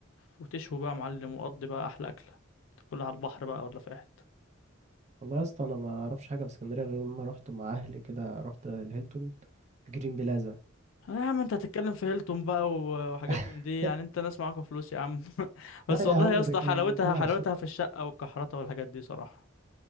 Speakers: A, on the left; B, on the right.
A: وتشوي بقى يا معلم وقضي بقى احلى اكله تاكلها على البحر بقى ولا في اي حته
B: والله يا اسطى انا ما اعرفش حاجه في اسكندريه غير لما رحت مع اهلي كده رحت الهيلتون في جرين بلازا
A: آه يا عم انت هتتكلم في هيلتون بقى و- وحاجات
B: <laughs>
A: من دي يعني انت ناس معاكوا فلوس يا عم <laughs> بس
B: لا
A: والله
B: يا عم
A: يا اسطى
B: ده كان
A: حلاوتها
B: تبع
A: حلاوتها
B: شركه
A: في الشقه والكحرته والحاجات دي صراحه